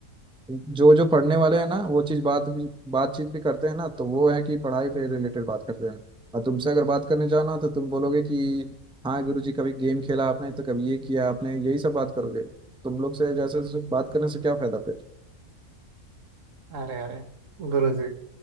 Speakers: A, in the centre; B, on the right.
A: जो जो पढ़ने वाले हैं ना वो चीज बात भी बातचीत भी करते हैं ना तो वो है कि पढ़ाई पे रिलेटेड बात करते हैं और तुमसे अगर बात करने जाओ ना तो तुम बोलोगे कि हाँ गुरुजी कभी गेम खेला आपने तो कभी ये किया आपने यही सब बात करोगे तुम लोग से जैसे जैसे बात करने से क्या फायदा फिर
B: अरे अरे गुरु जी